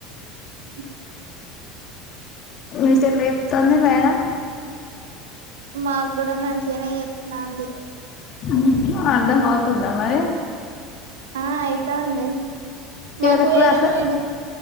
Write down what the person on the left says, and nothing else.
మిస్ ఎట్లా చెప్తాంది మేడం
హు అర్థమవుతుందా మరి
ఇవాళ
క్లాస్